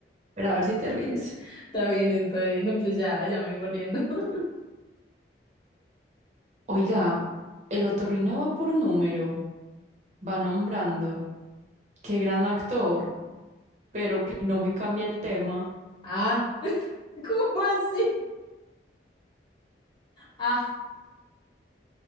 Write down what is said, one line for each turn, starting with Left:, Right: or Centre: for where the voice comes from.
Right: pero a ver si te
Left: <laughs>
Right: ríes.
Left: Está bien, está bien. No, pues ya, ya me vengo riendo. <laughs>
Right: Oiga, el otorrino va por número, va nombrando, qué gran actor, pero que no me cambia el tema.
Left: Ah, <laughs> ¿cómo así? Ah,